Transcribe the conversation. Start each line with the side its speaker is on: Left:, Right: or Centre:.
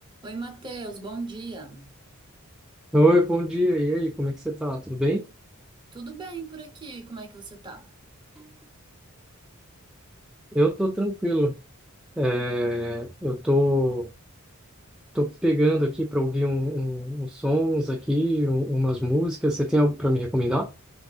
Right: Oi, Matheus, bom dia.
Centre: Oi, bom dia. E aí, como é que você tá? Tudo bem?
Right: Tudo bem por aqui? Como é que você tá?
Centre: Eu tô tranquilo. É, eu tô, tô pegando aqui para ouvir um- um- uns sons aqui, um- umas músicas. Você tem algo para me recomendar?